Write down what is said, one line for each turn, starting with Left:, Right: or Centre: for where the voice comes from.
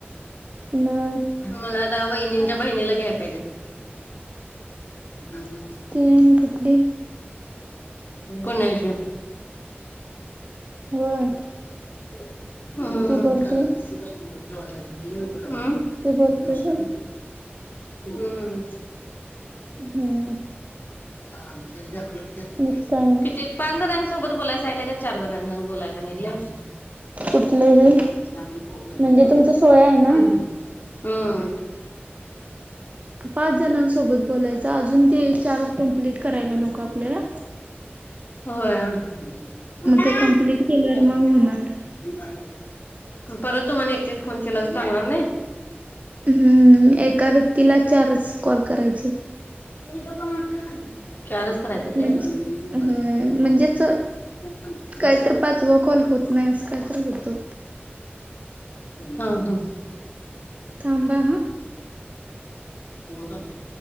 Right: मग
Left: मला आता वहिनींच्या बहिणीला घ्याय पाहिजे. कामाते का.
Right: ती आणि कुठली.
Left: पुण्याची.
Right: होय.
Left: हं,
Right: ती बोलते
Left: अं. नाष्टाला
Right: ती बोलते
Left: दे,
Right: व्हय
Left: हं.
Right: हम्म.
Left: आमचे जाकवेल तेन होती
Right: मग काय नाही
Left: की. पाच जणांसोबत बोलाय सांगितले का चार जणांसोबत बोलाय सांगितलय.
Right: कुठलं हे
Left: नाही, नाही पोहतोय आम्ही.
Right: म्हणजे तुमचं सोळा आहे ना
Left: हम्म.
Right: पाच जणांसोबत बोलयचय, अजून ते चार कप्लीट करायला नको. आपल्याला
Left: होय. <unintelligible>
Right: मग ते कम्प्लीट केल्यावर मग होणार.
Left: परत तुम्हाला एक-एक फोन केला अस चालणार नाही.
Right: हम्म, एका व्यक्तीला चारच कॉल करायचे.
Left: <unintelligible> चारच
Right: म्हणजे
Left: करायचंत
Right: होय म्हणजेच
Left: होय.
Right: काय तर पाचवा कॉल होत नाही असं काय तर होतं.
Left: हा-हा.
Right: थांबा.
Left: होतात.